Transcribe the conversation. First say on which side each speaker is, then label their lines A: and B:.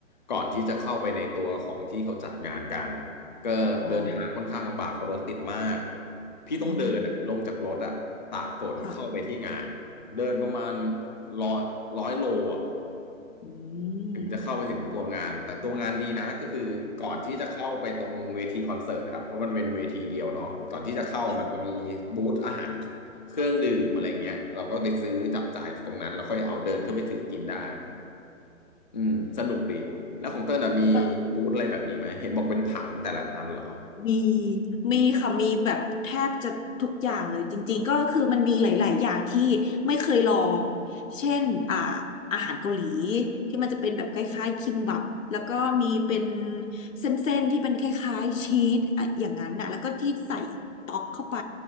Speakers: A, on the left (about 35°); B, on the left (about 70°).
A: ก่อนที่จะเข้าไปในตัวของที่เขาจัดงานกันก็เดินทางค่อนข้างลำบากเพราะรถติดมาก
B: อ๋อ
A: พี่ต้องเดินอะลงจากรถอ่ะตากฝนเข้าไปที่งานเดินประมาณ
B: อ๋อค่ะ
A: ร้อยร้อยโลอ่ะ
B: อื
A: ถึงจะเข้าไปถึงตัวงานแต่ตัวงานดีนะก็คือก่อนที่จะเข้าไปตรงเวทีคอนเสิร์ตนะครับเพราะมันเป็นเวทีเดียวเนาะก่อนที่จะเข้ามันจะมีบูธอาหาร
B: มค
A: เครื่องดื่มอะไรเงี้ยเราก็ไปซื้อจับจ่ายตรงนั้นแล้วค่อยเอาเดินขึ้นไปถือกินได้อืมสนุกดีแล้วของเต้ลอ่ะมี
B: ่ะ
A: บูธอะไรแบบนี้ไหมเห็นบอกเป็นผังแต่ละอันเหรอ
B: มีมีค่ะมีแบบแทบจะทุกอย่างเลยจริงๆก็คือมันมีหลายๆอย่างที่ไม่เคยลอง เช่นอ่าอาหารเกาหลีที่มันจะเป็นแบบคล้ายๆคิมบับแล้วก็มีเป็นเส้นๆที่เป็นคล้ายๆชีสอะอย่างนั้นน่ะแล้วก็ที่ใส่ต๊อกเข้าไป